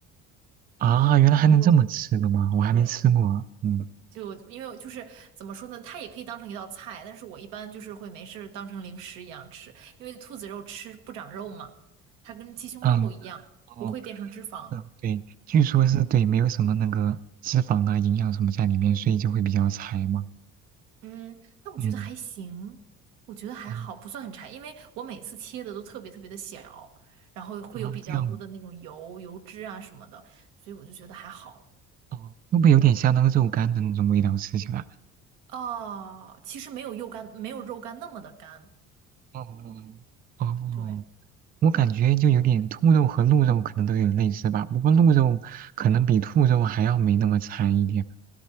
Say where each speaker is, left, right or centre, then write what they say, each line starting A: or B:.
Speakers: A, on the right (about 30°); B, on the right (about 80°).
A: 啊，原来还能这么吃的吗？
B: 他们说，
A: 我还没吃过。
B: 对，
A: 嗯
B: 就因为就是怎么说呢，它也可以当成一道菜，但是我一般就是会没事儿当成零食一样吃，因为兔子肉吃不长肉嘛，它跟鸡胸肉一样，
A: 嗯哦
B: 不会变成脂肪。
A: 嗯，对，据说是对，没有什么那个脂肪啊、营养什么在里面，所以就会比较柴嘛。
B: 嗯，但我觉得还行，
A: 嗯
B: 我觉得还好，
A: 哦
B: 不算很柴，因为我每次切的都特别特别的小，然后会有比较多的那种油、
A: 啊，这样
B: 油脂啊什么的，所以我就觉得还好。
A: 哦，会不会有点像那个肉干的那种味道？吃起来？
B: 哦，其实没有肉干，没有肉干那么的干，
A: 哦哦。哦
B: 对。
A: 我感觉就有点兔肉和鹿肉可能都有点类似吧，不过鹿肉可能比兔肉还要没那么柴一点。